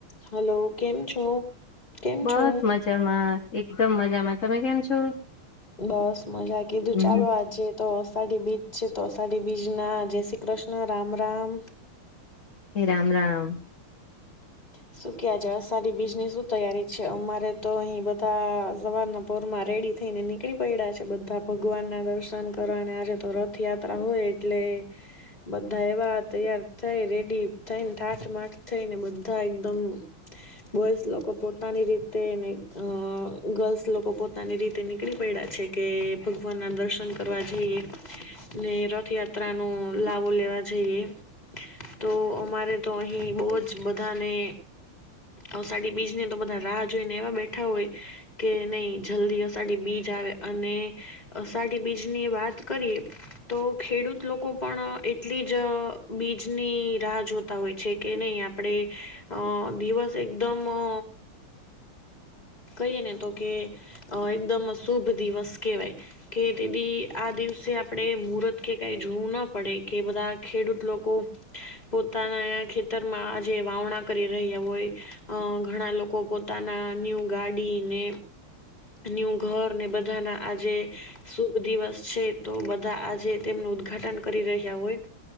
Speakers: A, on the left (about 20°); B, on the left (about 40°).
A: Hello કેમ છો? કેમ
B: બસ
A: છો?
B: મજામાં, એકદમ મજામાં તમે કેમ છો?
A: બસ, મજા કીધું
B: હમ,
A: ચાલો આજે. તો અષાઢી બીજ છે. તો અષાઢી બીજ ના જય શ્રી કૃષ્ણ રામ રામ.
B: કે રામ, રામ.
A: હ <inaudible> શું ક્યા જાવ છે અષાઢી બીજની શું તૈયારી છે. અમારે તો અહીં બધા સવારના પોરમાં રેડી થઈને ની કળી પડ્યા છે. બધા ભગવાન ના દર્શન કરવા અને આજે રથયાત્રા હોય એટલે. બધા એવા તૈયાર થઈ રેડી થઈ ને ઠાઠમાટ થઈને. બધાં એકદમ. બોયસ લોકો પોતાની રીતે અને ગર્લ્સ લોકો પોતાની રીતે નીકળી પૈડા છે. કે ભગવાનના દર્શન કરવા જઈએ. ને રથયાત્રાનો લાવો લેવા જઈએ. તો અમારે તો અહી બહુ જ બધાને. અષાઢી બીજના તો બધા રાહ જોઈ ને એવા બેઠા હોય. કે નઈ જલ્દી અષાઢી બીજ આવે અને. અષાઢી બીજ ની વાત કરીએ. તો ખેડૂત લોકો પણ એટલી જ બીજની રાહ જોતા હોય છે કે નઈ. આપડે અ દિવસ એકદમ અ. કહીએ ને તો કે એકદમ શુભ દિવસ કેહેવાય. કે તે દી આ દિવસે આપણેે મુહૂર્ત કે કઈ જોવું ન પડે કે બધા ખેડૂત લોકો. પોતાના ખેતરમાં આજે વાવણા કરી રહ્યા હોય. અ ઘણા લોકો પોતાના ન્યૂ ગાડીને. ન્યુ ઘરને બધાના આજે. શુભ દિવસ છે. તો બધા આજે તેમનું ઉદઘાટન કરી રહ્યા હોય.